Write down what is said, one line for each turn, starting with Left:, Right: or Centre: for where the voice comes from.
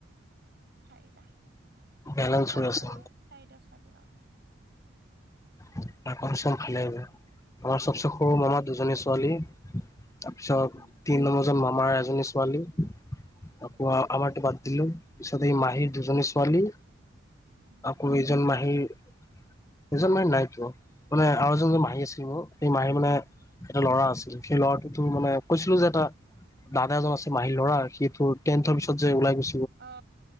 Right: চাৰিটা,
Left: বেলেঞ্চ
Right: তিনটা
Left: হৈ
Right: লৰা
Left: আছে
Right: চাৰিটা ছোৱালী আৰু।
Left: <inaudible> ঘৰৰ সবচে সৰু মামা দুজনী পোৱালী তাৰ পিছত
Right: উম
Left: তিন নম্বৰ মামাৰ এজনী ছোৱালী। আকৌ
Right: উম
Left: আমাৰ তোমাৰ দিলোঁ, পিছত এই মাহীৰ দুজনী ছোৱালী
Right: উম
Left: আকৌ এজন মাহ হেই এজন মাহী নাই পোৱা। মানে আৰু এজন মাহী আছিল মোৰ সেই মাহী মানে এটা ল'ৰা আছে। সেই ল'ৰাটোতো মানে কৈছিলোঁ যে এটা, দাদা এজন আছে মাহীৰ ল'ৰা, সিটো টেন্থৰ পিছত যে ওলাই গৈ
Right: অ